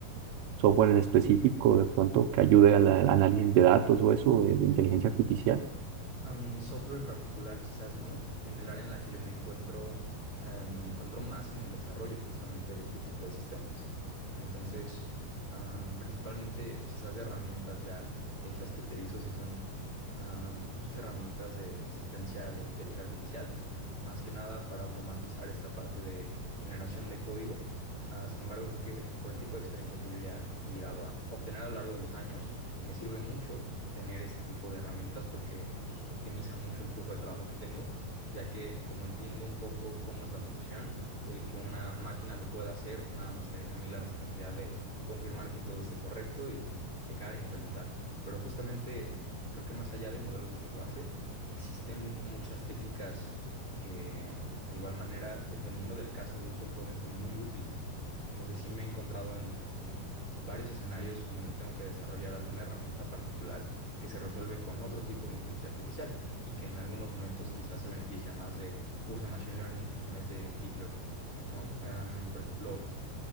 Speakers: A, on the right; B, on the left.
A: software en específico de pronto que ayude al al análisis de datos o eso de, de inteligencia artificial?
B: Am, software en particular, quizás no. En el área en la que yo me encuentro, eh, me encuentro más en el desarrollo justamente de este tipo de sistemas. Entonces, ah, principalmente quizás herramientas ya hechas que utilizo, si son ah, muchas herramientas de asistencia de inteligencia artificial, más que nada para automatizar esta parte de generación de código. Ah, sin embargo, creo que por el tipo de experiencia que yo ya he llegado a obtener a lo largo de los años, me sirve mucho tener este tipo de herramientas porque pues, optimizan mucho el flujo de trabajo que tengo, ya que como entiendo un poco cómo es la solución, el que una máquina lo pueda hacer, nada más me deja a mí la responsabilidad de confirmar que todo esté correcto y checar e implementar. Pero justamente creo que más allá de modelos de lenguaje, existen muchas técnicas que de igual manera, dependiendo del caso de uso, pueden ser muy útiles. Entonces sí me he encontrado en, en varios escenarios en donde tengo que desarrollar alguna herramienta particular que se resuelve con otro tipo de inteligencia artificial y que en algunos momentos quizás se beneficia más de uso de machine learning en vez de deep learning, ¿no? Em, por ejemplo,